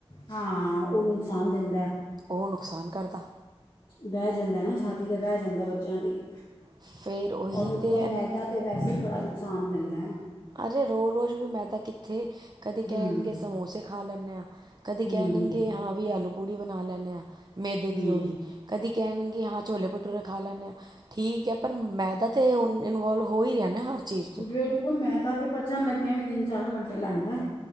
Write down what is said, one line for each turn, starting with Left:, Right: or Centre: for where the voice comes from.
Left: ਹਾਂ ਉਹ ਨੁਕਸਾਨ ਦਿੰਦਾ।
Right: ਔ ਨੁਕਸਾਨ ਕਰਦਾ।
Left: ਬੈ ਜਾਂਦਾ ਨਾ ਛਾਤੀ ਤੇ ਬੈ ਜਾਂਦਾ ਬੱਚਿਆਂ ਦੀ
Right: ਫਿਰ ਉਹੀ
Left: ਔਰ ਉੱਤੋਂ
Right: ਤਾਂ ਐਨ
Left: ਮੈਦਾ ਤੇ ਵੈਸੇ ਹੀ ਬੜਾ ਨੁਕਸਾਨ ਦਿੰਦੈ।
Right: ਅਰੇ ਰੋਜ਼-ਰੋਜ਼ ਵੀ ਮੇਦਾ ਕਿੱਥੇ ਕਦੇ
Left: ਹੂੰ
Right: ਕਹਿਣਗੇ ਸਮੋਸੇ ਖਾ ਲੈਨੇ ਆ। ਕਦੀ
Left: ਹੂੰ
Right: ਕਹਿਣਗੇ ਹਾਂ ਵੀ ਆਲੂ ਪੂੜੀ ਬਣਾ ਲੈਨੇ ਆ। ਮੈਦੇ
Left: ਹੂੰ
Right: ਦੀ ਉਹ ਵੀ ਕਦੀ ਕਹਿਣਗੇ ਹਾਂ ਛੋਲੇ ਭ ਠੂਰੇ ਖਾ ਲੈਨੇ ਆ ਠੀਕ ਐ ਪਰ ਮੈਂ ਤਾਂ ਤੇ ਹੁਣ ਇਨਵੋਲਵ ਹੋ ਹੀ ਰਿਆ ਨਾ ਹਰ ਚੀਜ਼ 'ਚ
Left: ਬਿਲਕੁਲ ਮੇਦਾ ਤਾਂ ਪਚਨ ਲੱਗਿਆ ਵੀ ਤਿੰਨ-ਚਾਰ ਘੰਟੇ ਲੈਦਾ।